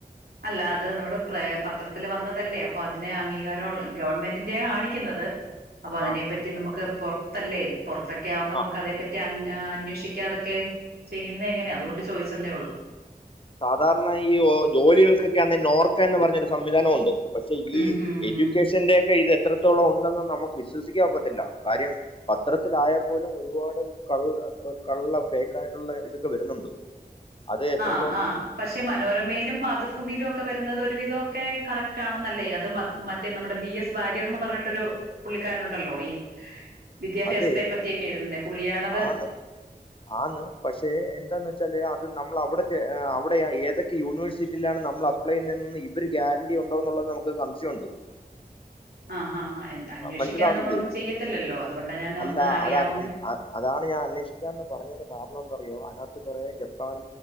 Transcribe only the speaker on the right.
അല്ല അത് നമ്മള് പത്രത്തിൽ വന്നതല്ലേ അപ്പൊ അതിന് അംഗീകാരം ഒള്ളെ ഗവൺമെന്റിന്റെയാ കാണിക്കുന്നത് അപ്പൊ അതിനെപ്പറ്റി
നമുക്ക് പുറത്തല്ലേ പുറത്തൊക്കെ ആകുമ്പോ നമുക്ക്
അതേ പറ്റി അ അന്വേഷിക്കാതെ ക്കെ ചെയ്യുന്നേ എങ്ങനെ അതുകൊണ്ട് ചോദിച്ചെന്നേ ഉള്ളൂ
ഉം ഉം
ആ പക്ഷെ മനോരമയിലും മാതൃഭൂ ഭൂമിലും ഒക്കെ വരുന്നത് ഒരുവിധമൊക്കെ കറക്റ്റാണെന്നല്ലേ അത് മറ്റേ നമ്മുടെ ബി എസ് വാര്യർന്ന് പറഞ്ഞിട്ടൊരു പുള്ളിക്കാരനുണ്ടല്ലോ ഈ വിദ്യാഭ്യാസത്തെ
പറ്റിയൊക്കെ എഴുതുന്ന പുള്ളിയാണത്
ആഹ് ആഹ് ആഹ് അന്വേഷിക്കാതെ
നമ്മളൊന്നും ചെയ്യത്തില്ലല്ലോ അത് അതുകൊണ്ടാ ഞാൻ
ഒന്ന് അറിയാവുന്നേ